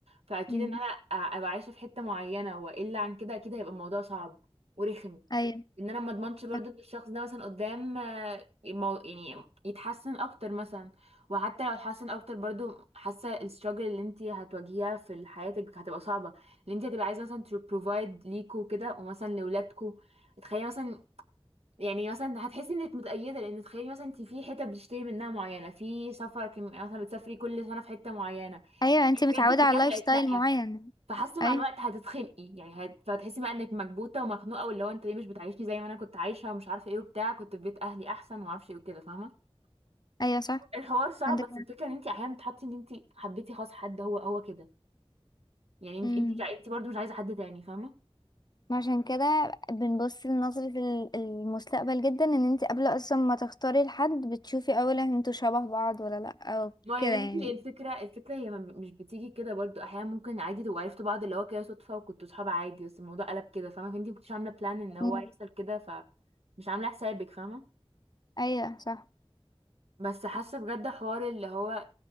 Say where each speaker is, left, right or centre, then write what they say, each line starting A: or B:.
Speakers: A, on the right; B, on the left.
A: فاكيد
B: مم.
A: ان انا أ- ابقى عايشه في حته معينه والا عن كده اكيد هيبقى الموضوع صعب ورخم
B: ايوه
A: ان انا ما اضمنش برضو
B: صح.
A: ان الشخص ده مثلا قدام آه، المو- يعني يتحسن اكتر مثلا وحتى لو اتحسن اكتر برضو حاسه الستراجل اللي انت هتواجهيها في حياتك هتبقى صعبه اللي انت هتبقى عايزه مثلا تبروفايد ليكوا كده ومثلا لولادكوا تخيلي مثلا يعني مثلا هتحسي انك متأيدة لان تخيلي مثلا انت في حتة بتشتري منها معينة في سفر كم- مثلا بتسافري كل سنة في حتة معينة
B: ايوه انتي
A: الحاجات
B: متعودة
A: دي
B: على
A: كلها
B: لايف
A: بقت
B: ستايل
A: لأ
B: معين
A: فحاسه مع
B: ايوه
A: الوقت هتتخنقي يعني هت... هتحسي بقى انك مكبوته ومخنوقه واللي هو انت ليه مش بتعيشني زي ما انا كنت عايشه ومش عارفه ايه وبتاع كنت في بيت اهلي احسن وما اعرفش ايه وكده فاهمه
B: ايوه صح
A: الحوار صعب
B: عندك
A: بس
B: حق.
A: الفكره ان انت احيانا بتحطي ان انت حبيتي خلاص حد هو هو كده يعني انت
B: مم.
A: انت انت برضه مش عايزه حد تاني فاهمه
B: عشان كده بنبص لنظرة ال- المستقبل جدا ان انت قبل اصلا ما تختاري لحد بتشوفي اولا انتوا شبه بعض ولا لا او
A: ما
B: كده
A: يا
B: يعني
A: بنتي الفكره الفكره هي ما- مش بتيجي كده برضه احيانا ممكن عادي تبقوا عرفتوا بعض اللي هو كده صدفه وكنتوا صحاب عادي بس الموضوع قلب كده فاهمه فانت ما كنتيش عامله بلان ان هو
B: مم.
A: يحصل كده فمش عامله حسابك فاهمه
B: ايوه صح
A: بس حاسه بجد حوار اللي هو